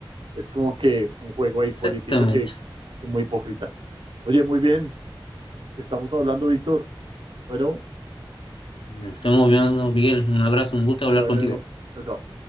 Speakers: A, on the right; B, on the left.
A: es como que un juego
B: exactamente.
A: ahí político que, que muy hipócrita. Oye, muy bien, estamos hablando, Víctor. Bueno.
B: Nos estamos viendo, Miguel. Un abrazo, un gusto
A: Que
B: hablar
A: te vaya
B: contigo.
A: bien. Chao, chao.